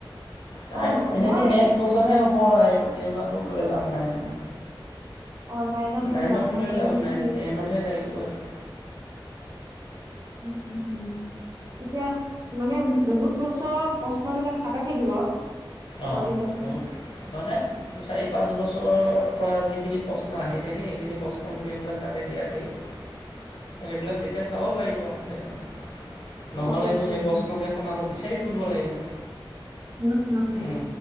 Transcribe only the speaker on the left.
সেইটো
নেক্সট বছৰহে হ'ব আৰু এইবাৰটো লৈ লাভ নাই ন।
নাইনত লৈ
লাভ নাই।
টেনতহে লাগিব আৰু।
অ, <unintelligible>
মানে চাৰি, পাঁচ বছৰৰ পৰা যিখিনি প্ৰশ্ন আহি থাকে, সেইখিনি প্ৰশ্ন গোটেইবিলাক তাতে দিয়া থাকে। সেইবিলাক দি এতিয়া চাব পাৰিব, সেইটো
নহ'লেতো
সেই
প্ৰশ্নকেইখন আকৌ বিচাৰি ফুৰিব লাগিব।
উম।